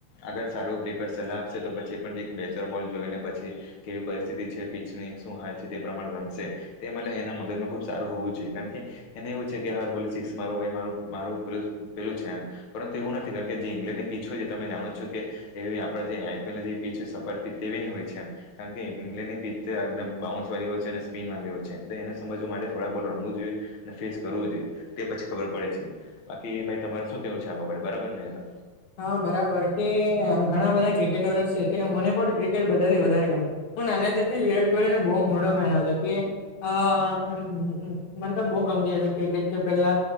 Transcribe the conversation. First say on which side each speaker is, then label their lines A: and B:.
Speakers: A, on the left (about 60°); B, on the left (about 80°).
A: અગર સારું પ્રીપર સલાહ આપશે તો પછી એ પણ જે એક બેચર બોલ જોઈ ને પછી કેવી પરિસ્થિતિ છે પીચની શું હાલ છે તે પ્રમાણે રમશે. તે માટે એના મગજમાં ખુબ સારું હોવું જોઈએ કારણ કે એને એવું છે કે હાર બોલે સિક્સ માર એ મા મારું પેલું છે એમ પરંતુ એવું નથી કારણ કે જે ઇંગ્લેન્ડ ની પીચછું છે તમે જાણો છો કે એવી આપણે જે આઈપીએલની જે પીચો સપાટ પ તેવીની હોય છે એમ કારણ કે ઇંગ્લેન્ડની પિત્ચ એકદમ બાઉન્સ વાળ હોય છે અને સ્પિન વાળી હોય છે એ એને સમજવા માટે થોડા બોલ રમવું જોઈએ. ને ફેસ કરવું જોઈએ તે પછી ખબર પડે છે બાકી ભાઈ તમારે શું કેવું છે આ બાબા બરાબર ને એ તો
B: હા બરાબર કે ઘણા બધા ક્રિકેટરો છે કે મને પણ ક્રિકેટ બધા વધારે ગમે હું નાનાતથી વિરાટ કોહલી નો બહુ મોડો ફેન આવતો કે હ મને તો બહુ ગમતી હતી ક્રિકેટ કે પેહલા